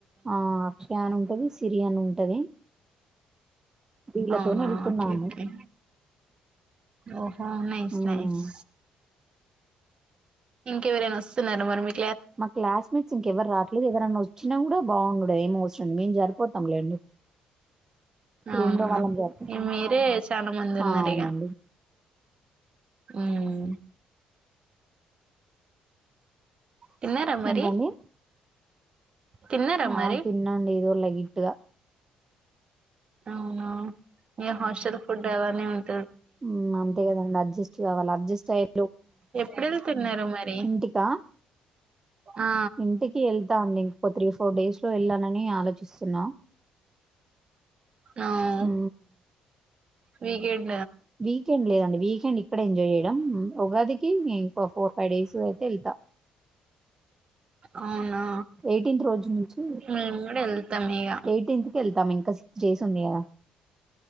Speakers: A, on the right; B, on the right.
A: ఆ ఆఫయాన్ ఉంటది. సిరి అని ఉంటది. వీళ్ళతోనే
B: అవునా
A: వెళ్తున్నాము
B: ఓకే ఓకే ఓహో నైస్
A: మ్మ్
B: నైస్ ఇంకెవరైనా వస్తున్నార మరి మీరు
A: మా క్లాస్మేట్స్ ఇంకెవరు రావట్లేదు. ఎవరన్నా వచ్చినా కూడా బాగుండడు ఏమ అవసరండి మేం సరిపోతాంలేండి. రూమ్
B: అవునా
A: లో వాళ్ళం జ
B: ఇక మీరే చాలా మంది ఉన్నారు
A: ఆ అవునండి
B: ఇక ఉమ్. తిన్నార మరి
A: ఏంటండి
B: తిన్నారా మరి
A: ఆ తిన్న అండి ఎదో లై గిట్టుగా
B: అవునా ఏ హాస్టల్ చిరు ఫుడ్ ఎవనే ఉంట
A: ఊ అంతే కదండి అడ్జస్ట్ కావాలి. అడ్జస్ట్ అయి
B: ఎప్పుడు వెళుతున్నారు మరి
A: ఇంటికా
B: ఆ
A: ఇంటికి వెళ్తాండి ఇంకో త్రీ ఫోర్ డేస్ లో వెళ్ళాలని ఆలోచిస్తున్నా.
B: ఆ అవు
A: ఊ
B: వీకెండ్
A: వీకెండ్ లేదండి వీకెండ్ ఇక్కడ ఎంజాయ్ చేయడం. ఉగాదికి ఫోర్ ఫైవ్ డేస్ అయితే వెళ్తా.
B: అవునా
A: ఎయిటీన్త్ రోజు నుంచి
B: ఊ వెళ్తాం ఇక.
A: ఎయిటీన్త్ కి వెళ్తాం ఇంకా సిక్స్ డేస్ ఉంది కదా.